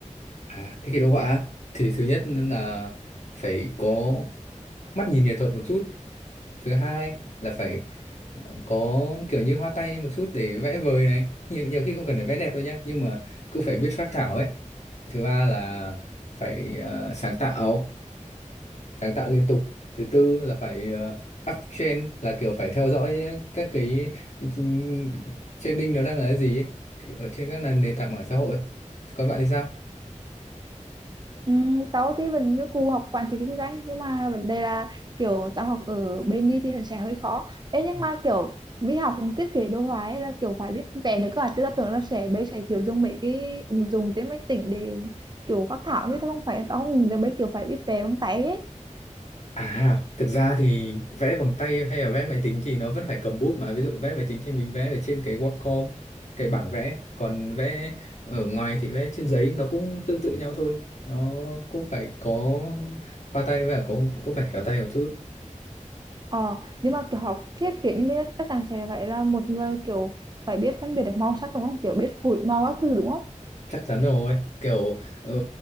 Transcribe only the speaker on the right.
Ừ, tao thì vẫn như cụ học quản trị kinh doanh nhưng mà vấn đề là kiểu tao học ở bên đi thì sẽ hơi khó Ê, nhưng
mà kiểu mỹ học thiết kế đồ họa ấy là kiểu phải biết vẽ nữa cơ à chứ tao tưởng là sẽ bây sẽ kiểu dùng mấy cái ứng dụng trên máy tính để kiểu phác thảo như thế không phải tao không giờ bây kiểu phải biết vẽ bằng tay hết
ờ nhưng mà kiểu học thiết kế như thế chắc chắn sẽ phải là một người kiểu phải biết phân biệt được màu sắc đúng không kiểu biết phối màu các thứ đúng không